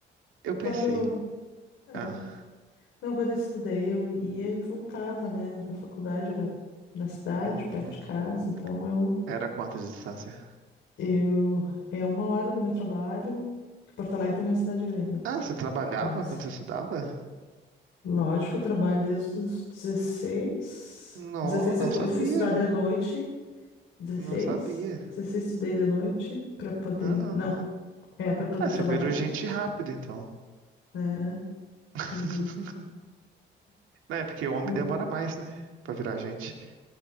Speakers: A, on the right (about 85°); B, on the left (about 80°).
A: eu pensei,
B: Quando. ah,
A: ah,
B: Não, quando eu estudei, eu ia e voltava, né? Da faculdade, era na cidade,
A: hum,
B: perto de casa. Então eu.
A: era quanto de distância?
B: Eu. É uma hora do meu trabalho. que Porto Alegre também é uma cidade grande, né?
A: Ah, você trabalhava
B: Mas.
A: quando você estudava?
B: Lógico, eu trabalho desde os dezesseis
A: Não,
B: dezesseis
A: não
B: eu co-
A: sabia.
B: eu fui estudar de noite. dezesseis
A: Não sabia.
B: 16 estudei de noite para poder.
A: Aham.
B: Não, é para poder
A: Ah,
B: trabalhar,
A: você virou gente rápido, então.
B: né?
A: <laughs>
B: E,
A: Não, é porque o homem
B: e
A: demora mais, né? Pra virar gente.